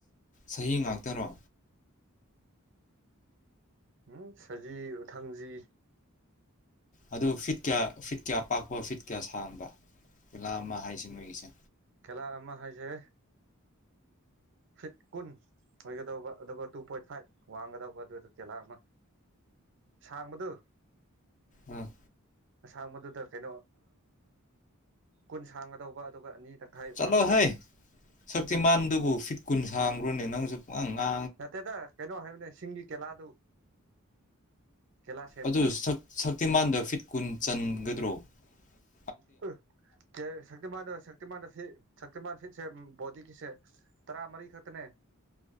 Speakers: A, on the left (about 35°); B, on the right (about 60°).
A: ꯁꯍꯤ ꯉꯥꯛꯇꯔꯣ
B: ꯎꯨꯝ ꯁꯖꯤ ꯎꯊꯥꯡꯖꯤ
A: ꯑꯗꯨ ꯐꯤꯠ ꯀꯤꯌꯥ ꯐꯤꯠ ꯀꯌꯥ ꯄꯥꯛꯄꯥ ꯐꯤꯠ ꯀꯌꯥ ꯁꯥꯡꯕꯔ ꯈꯦꯂ ꯑꯃ ꯍꯥꯏꯁꯦ ꯅꯣꯏꯒꯤꯁꯦ
B: ꯀꯂꯥ ꯑꯃ ꯍꯥꯏꯁꯦ ꯐꯤꯠ ꯀꯨꯟ ꯑꯣꯏꯒꯗꯧꯕ ꯑꯗꯨꯒ ꯇꯨ ꯄꯣꯏꯟ ꯐꯥꯏꯚ ꯋꯥꯡꯒꯗꯧꯕ ꯑꯗꯨꯗ ꯇꯦꯂꯥ ꯑꯃ ꯁꯥꯡꯕꯗꯨ
A: ꯎꯝ
B: ꯑꯁꯥꯡꯕꯗꯨꯗ ꯀꯩꯅꯣ ꯀꯨꯟ ꯁꯥꯡꯒꯗꯧꯕ ꯑꯗꯨꯒ ꯑꯅꯤ ꯇꯪꯈꯥꯏ
A: ꯆꯠꯂꯣ
B: ꯋꯥꯡꯒꯗꯧꯕ
A: ꯍꯪ ꯁꯛꯇꯤꯃꯥꯟꯗꯨꯕꯨ ꯐꯤꯠ ꯀꯨꯟ ꯁꯥꯥꯝꯕ꯭ꯔꯣꯅꯦ ꯅꯪꯁꯨ ꯄꯨꯉꯥꯡ ꯉ
B: ꯅꯠꯇꯦꯗ ꯀꯩꯅꯣ ꯍꯥꯏꯕꯅꯦ ꯁꯤꯡꯒꯤ ꯀꯦꯂꯥꯗꯨ ꯀꯦꯂꯥ ꯁꯦꯝꯕꯗꯨ
A: ꯑꯗꯨ ꯁꯛ ꯁꯛꯇꯤꯃꯥꯟꯗ ꯐꯤꯠ ꯀꯨꯟ ꯆꯟꯒ <inaudible>
B: ꯀꯨꯔ ꯀꯧ ꯁꯛꯇꯤꯃꯥꯟꯗ ꯁꯛꯇꯤꯃꯥꯟꯗꯁꯦ ꯁꯛ ꯁꯇꯤꯃꯥꯟ ꯁꯤꯁꯦꯝ ꯕꯣꯗꯤꯒꯤꯁꯦ ꯇꯔꯥ ꯃꯔꯤ ꯈꯛꯇꯅꯦ